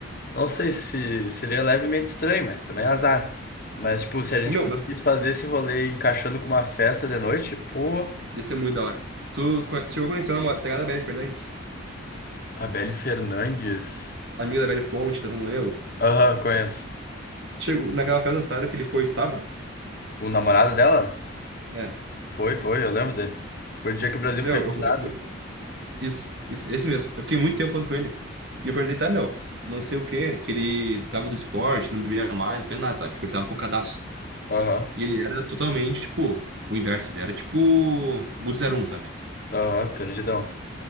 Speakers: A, on the left; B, on the right.
A: Não sei se seria levemente estranho, mas também é azar. Mas, tipo, se a gente
B: Ô meu,
A: conseguisse
B: mas tu,
A: fazer esse rolê encaixando com uma festa de noite, pô,
B: ia ser muito da hora. Tu conhe- chegou a conhecer a namorada da Belle Fernandes?
A: a Belle Fernandes.
B: Amiga da Belle Fonte, da Sanoelo?
A: Aham, conheço.
B: Chegou naquela festa da Sarah que ele foi, tu tava?
A: O namorado dela?
B: É.
A: Foi, foi, eu lembro dele. Foi o dia que o Brasil
B: Meu,
A: foi eliminado.
B: eu, eu- eu- isso, isso, esse mesmo. Eu fiquei muito tempo falando com ele. E eu perguntei, tá, meu, não sei o quê, que ele tava do esporte, não bebia mais, não fez nada, sabe? Tipo, ele tava focadaço.
A: Aham,
B: E ele era totalmente, tipo, o inverso, ele era tipo o zero um sabe?
A: aham, perdidão.